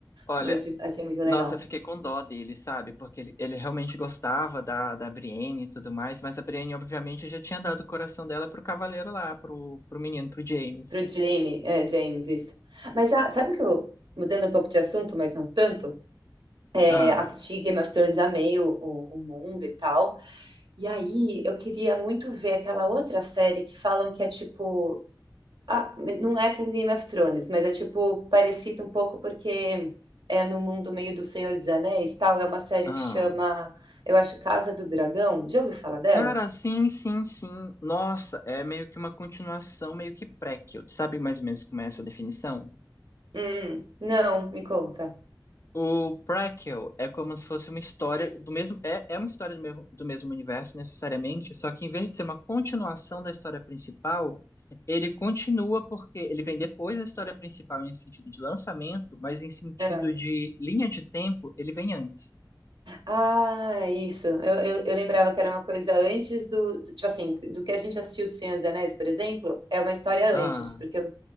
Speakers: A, on the left; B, on the right.
A: Olha,
B: Noite, achei muito legal.
A: Nossa, eu fiquei com dó dele, sabe? Porque ele, ele realmente gostava da, da Brienne e tudo mais, mas a Brienne, obviamente, já tinha dado o coração dela pro cavaleiro lá, pro, pro menino, pro James.
B: Pro Jamie, é, James, isso. Mas ah, sabe o que eu, mudando um pouco de assunto, mas não tanto, é,
A: Ah,
B: assisti Game of Thrones, amei o, o, o mundo e tal. E aí eu queria muito ver aquela outra série que falam que é tipo. Ah, não é com Game of Thrones, mas é tipo parecido um pouco porque é no mundo meio do Senhor dos Anéis, tal. É uma série
A: ah.
B: que chama, eu acho, Casa do Dragão. Já ouviu falar dela?
A: Cara, sim, sim, sim. Nossa, é meio que uma continuação, meio que prequel. Sabe mais ou menos como é essa definição?
B: Hum, não, me conta.
A: O Prequel é como se fosse uma história do mesmo. É, é uma história do mesmo, do mesmo universo, necessariamente, só que em vez de ser uma continuação da história principal, ele continua porque ele vem depois da história principal em sentido de lançamento, mas em sentido
B: Ah.
A: de linha de tempo, ele vem antes.
B: Ah, é isso. Eu, eu, eu lembrava que era uma coisa antes do, do- Tipo assim, do que a gente assistiu do Senhor dos Anéis, por exemplo, é uma história
A: Ah,
B: antes, porque eu,